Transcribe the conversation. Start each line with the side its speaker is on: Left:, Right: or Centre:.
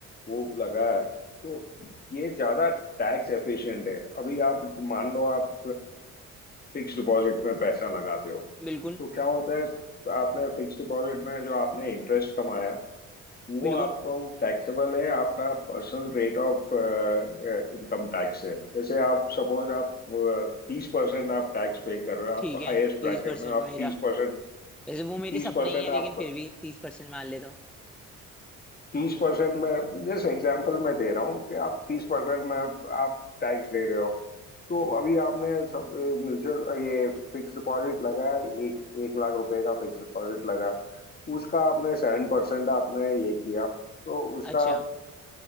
Left: वो लगाया तो ये ज्यादा टैक्स एफिशिएंट है अभी आप मान लो आप फिक्स डिपॉजिट में पैसा लगाते हो
Centre: बिल्कुल
Left: तो क्या होता है आपने फिक्स डिपॉजिट में जो आपने इंटरेस्ट कमाया वो
Centre: बिल्कुल
Left: आपको टैक्सेबल है आपका personal rate of income tax है जैसे आप सपोज आप uh, तीस परसेंट आप टैक्स पे कर रहे हो आप
Centre: ठीक
Left: हाईएस्ट
Centre: है
Left: ब्रैकेट
Centre: तीस परसेंट
Left: में हो, आप
Centre: मेरा
Left: तीस परसेंट
Centre: वैसे
Left: तीस
Centre: वो मेरे सपने
Left: परसेंट
Centre: ही है
Left: आपको
Centre: लेकिन फिर भी तीस परसेंट मान लेता हूँ
Left: तीस परसेंट में जैसे एग्जाम्पल मैं दे रहा हूँ कि आप तीस परसेंट में आप टैक्स दे रहे हो तो अभी आपने सब म्यूचुअल ये फिक्स डिपॉजिट लगाया एक एक लाख रुपए का फिक्स डिपॉजिट लगा उसका आपने सेवन परसेंट आपने ये किया तो उसका
Centre: अच्छा